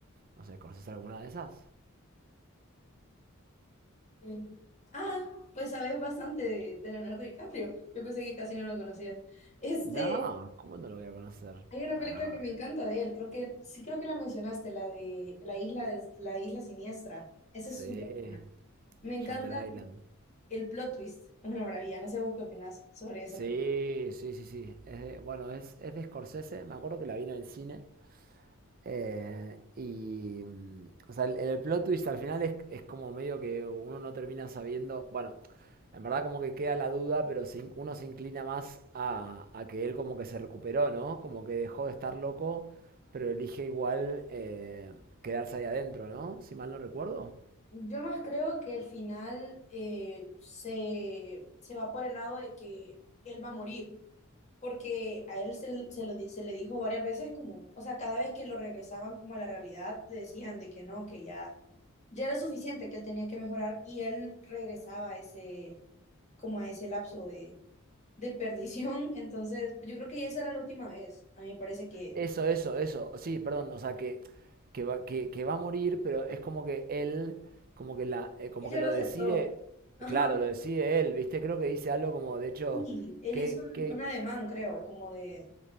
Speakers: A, on the right; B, on the left.
A: No sé, ¿conoces alguna de esas?
B: Eh, ah, pues sabes bastante de, de Leonardo DiCaprio. Yo pensé que casi no lo conocías. Este,
A: No, ¿cómo no lo voy a conocer?
B: hay una
A: No,
B: película que me encanta de él. Creo que sí, creo que la mencionaste, la de la isla de la isla siniestra. Esa
A: sí,
B: es súper buena. Me encanta
A: Shutter Island.
B: el plot twist. Es una maravilla. No sé vos qué opinás sobre esa
A: Sí,
B: película.
A: sí, sí, sí. Es de- bueno, es, es de Scorsese. Me acuerdo que la vi en el cine. Eh, y, mm, o sea, el, el plot twist al final es, es como medio que uno no termina sabiendo, bueno, en verdad como que queda la duda, pero se uno se inclina más a, a que él como que se recuperó, ¿no? Como que dejó de estar loco, pero elige igual eh, quedarse ahí adentro, ¿no? Si mal no recuerdo.
B: Yo más creo que el final eh, se, se va por el lado de que él va a morir. porque a él se, se lo, di- se le dijo varias veces como, o sea, cada vez que lo regresaban como a la realidad, le decían de que no, que ya, ya era suficiente, que él tenía que mejorar y él regresaba a ese, como a ese lapso de, de perdición. <laughs> Entonces, yo creo que esa era la última vez. A mí me parece que
A: Eso, eso, eso. Sí, perdón, o sea, que, que va, que, que va a morir, pero es como que él, como que la, eh, como
B: él ya
A: que
B: lo
A: lo
B: aceptó.
A: decide,
B: Ajá.
A: claro, lo decide él, ¿viste? Creo que dice algo como, de hecho,
B: Y él
A: que,
B: hizo un,
A: que,
B: un ademán, creo, como de,